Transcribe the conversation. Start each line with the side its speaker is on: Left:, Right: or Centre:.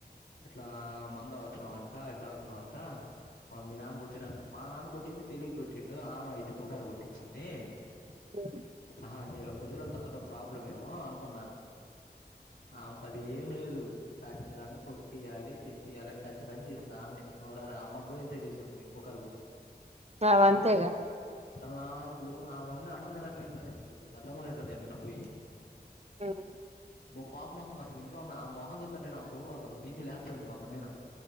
Left: ఇట్లా మందు తావుతున్నావుంట ఇది తావుతున్నావుంట మళ్ళ మీ నాన్న కొట్టిడు మా నాన్న కొట్టింది తెలిక కొట్టిండు ఆమె అయితే పుకారు కొట్టిచింది
Right: <unintelligible>
Left: ఆహా అంటే ఇలా పొదులో చదవటడం ప్రాబ్లం ఏమో అనుకున్నా ఆమెకు అదేం లేదు ఖచ్చితంగా కొట్టియాలి తే తీయాలని కచ్చితంగా చేసింది ఆమె నోరారా అమ్మ కూడా ఇంత చేసింటది పుకారు పుట్టిచ్చి
Right: ఆమె అంతేగా
Left: అసలు నాకు ఆముండి అన్నం తినట్లే ఇంట్లో నేను ఇప్పుడు పెద్దమ్మొలింట్లో తింటున్నా పోయి
Right: ఇం
Left: బో కోపం మొత్తంది అసలు ఇంట్లో ఉన్న ఆ మఖం చుతంటే నాకు అసలు బీపీ లేస్తుంది వందమైన